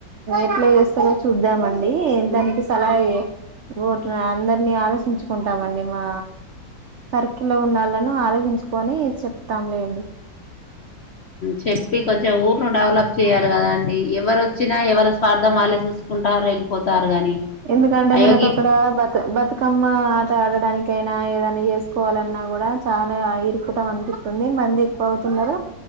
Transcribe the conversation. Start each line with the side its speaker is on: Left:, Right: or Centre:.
Right: అప్లై చేస్తరో చూద్దామండి, దానికి సలహ ఊరు అందరిని ఆలోచించుకుంటామండి మా సర్కిల్ లో ఉన్న వాళ్ళను ఆలోచించుకని చెప్తాం లేండి.
Left: చెప్పి కొంచెం ఊరును డెవలప్ చేయాలి కదా అండి, ఎవరు వచ్చినా ఎవరి స్వార్ధం వాళ్ళే చూసుకుంటారు. వెళ్ళిపోతారు గాని
Right: ఎందుకంటే
Left: అయోగి
Right: మనకు అక్కడ బతు బతుకమ్మ ఆట ఆడడాని కైనా ఏదైనా చేసుకోవాలన్నా కూడా చాలా ఇరుకుటం అనిపిస్తుంది, మంది ఎక్కువ అవుతున్నారు.